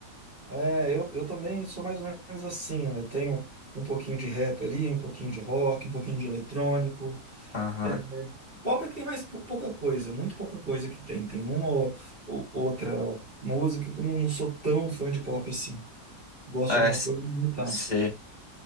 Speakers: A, on the right; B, on the left.
A: É, eu, eu também sou mais ou menos assim. Ó, Eu tenho um pouquinho de rap ali, um pouquinho de rock, um pouquinho de eletrônico.
B: Aham.
A: É, é, Pop é que tem mais pou- pouca coisa, muito pouca coisa que tem. Tem uma ou ou outra música que eu não sou tão fã de pop assim. Gosto
B: É,
A: de alguma
B: s-
A: coisa, mas não tanto.
B: sei.